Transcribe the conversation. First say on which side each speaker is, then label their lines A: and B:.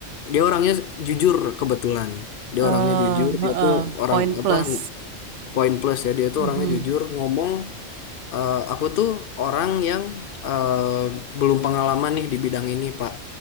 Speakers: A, on the left; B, on the right.
A: dia orangnya jujur kebetulan. Dia
B: eh
A: orangnya jujur.
B: heeh,
A: Dia tuh orang
B: poin
A: apa
B: plus.
A: poin plus ya. Dia tuh
B: Mhm,
A: orangnya jujur ngomong. "Eh, aku tuh orang yang eh, belum pengalaman nih di bidang ini, Pak.